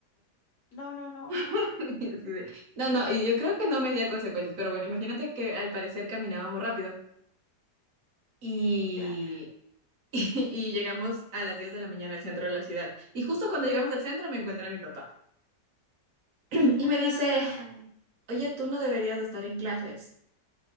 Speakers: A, on the left; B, on the right.
A: no, no, no.
B: <laughs> y así de- No, no, y yo creo que no me di a consecuencias, pero bueno, imagínate que al parecer caminábamos rápido y,
A: Claro.
B: <laughs> y llegamos a las 10 de la mañana al centro de la ciudad. Y justo cuando llegamos al centro me encuentra mi papá y
A: Ay,
B: me dice, oye, tú no deberías de estar en clases.